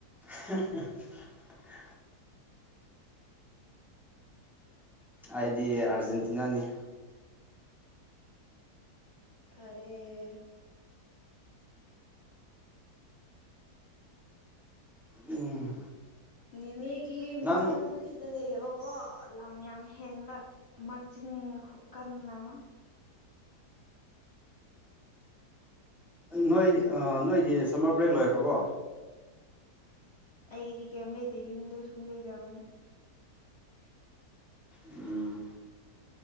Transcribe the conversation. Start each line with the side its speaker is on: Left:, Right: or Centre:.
Centre: <inaudible> ꯑꯩꯗꯤ ꯑꯥꯔꯖꯦꯟꯇꯤꯅꯥꯅꯤ
Left: ꯇꯥꯔꯦ
Centre: ꯎꯝ
Left: ꯅꯅꯦꯒꯤ
Centre: ꯅꯪ
Left: ꯆꯥꯅꯨ ꯕꯤꯁꯤꯗꯂ ꯌꯥꯕ ꯑꯣ ꯂꯝ ꯌꯥꯝ ꯍꯦꯟꯕ ꯃꯆꯤꯟ ꯈꯣꯀꯟ ꯑꯃ
Centre: ꯅꯣꯏ ꯅꯣꯏꯒꯤ ꯁꯝꯃꯔ ꯕ꯭ꯔꯦꯛ ꯂꯣꯏꯈ꯭ꯔꯕꯣ
Left: ꯑꯩꯒꯤꯗꯤ ꯀꯩꯝ ꯂꯩꯇꯦ ꯌꯨꯝꯗ ꯁꯨꯝ ꯂꯩꯖꯕꯅꯦ
Centre: ꯎꯝ